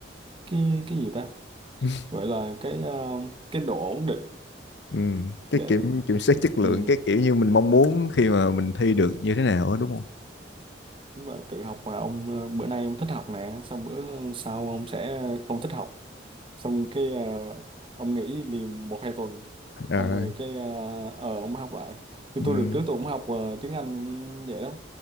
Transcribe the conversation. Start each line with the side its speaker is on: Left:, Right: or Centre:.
Right: cái cái gì ta
Left: <laughs>
Right: gọi là cái ờ, cái độ ổn định
Left: ừ. cái
Right: để
Left: kiểm kiểm soát chất lượng
Right: ừ,
Left: cái kiểu như mình mong muốn khi mà mình thi được như thế nào đó đúng không
Right: Đúng là tự học mà ông ờ, bữa nay ông thích học nè xong bữa sau ông sẽ không thích học xong cái ờ, ông nghỉ liền một hai tuần
Left: à,
Right: xong rồi cái ờ ờ, ông mới học lại thì
Left: ừm,
Right: tôi được trước tôi cũng học ờ, tiếng Anh vậy đó